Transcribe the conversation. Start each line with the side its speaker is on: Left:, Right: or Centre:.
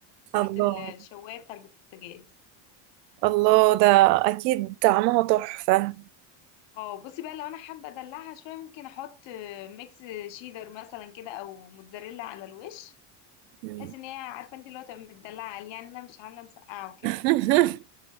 Left: تحت
Right: الله
Left: ال- الشوايه بتاع البوتاجاز
Right: الله ده أكيد طعمها تحفة
Left: اه بصي بقى لو انا حابه ادلعها شويه ممكن احط آه، ميكس شيدر مثلا كده او موتزاريلا على الوش
Right: مم.
Left: بحيث ان هي عارفه انت اللي هو تبقى متدلعه عليه يعني انا مش عامله مسقعه وكده
Right: <laughs>